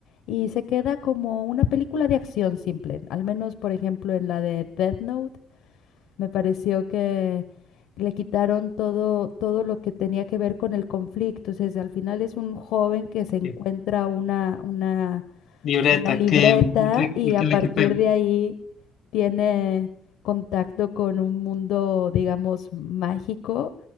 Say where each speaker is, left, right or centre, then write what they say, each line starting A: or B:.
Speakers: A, on the left; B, on the left.
A: y se queda como una película de acción simple. Al menos, por ejemplo, en la de Death Note, me pareció que le quitaron todo, todo lo que tenía que ver con el conflicto. O al final es un joven que se encuentra
B: Sí.
A: una, una,
B: libreta,
A: una libreta
B: que, de-
A: y a
B: que
A: partir
B: la que fue.
A: de ahí tiene contacto con un mundo, digamos, mágico